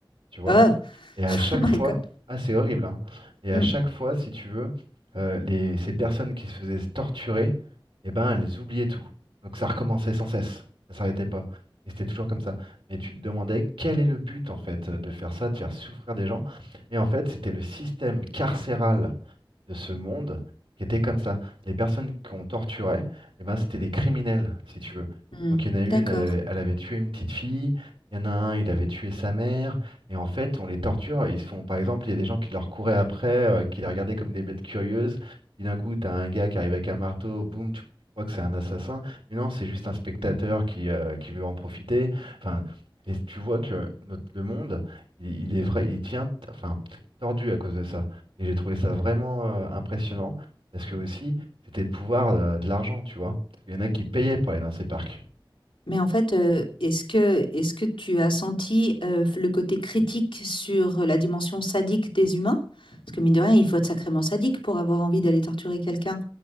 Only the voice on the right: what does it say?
tu vois.
Et à
chaque
fois,
ah, c'est horrible, hein. Et à
chaque fois, si tu veux, euh, les, ces personnes qui se faisaient torturer, eh ben, elles oubliaient tout. Donc ça recommençait sans cesse, ça s'arrêtait pas. Et c'était toujours comme ça. Mais tu te demandais quel est le but, en fait, de faire ça, de faire souffrir des gens. Et en fait, c'était le système carcéral de ce monde qui étaient comme ça. Les personnes qu'on torturait, eh ben, c'était des criminels, si tu veux.
Donc il y en a une,
elle avait, elle avait tué une petite fille, il y en a un, il avait tué sa mère, et en fait, on les torture, ils se font, par exemple, il y a des gens qui leur couraient après, euh, qui les regardaient comme des bêtes curieuses, puis d'un coup, t'as un gars qui arrive avec un marteau, boum, tu, tu crois que c'est un assassin, mais non, c'est juste un spectateur qui, euh, qui veut en profiter. Enfin, et tu vois que notre- le monde, il, il est vrai, il devient, enfin, tordu à cause de ça. Et j'ai trouvé ça vraiment euh, impressionnant parce que aussi, c'était le pouvoir euh, de l'argent, tu vois. Il y en a qui payaient pour aller dans ces parcs.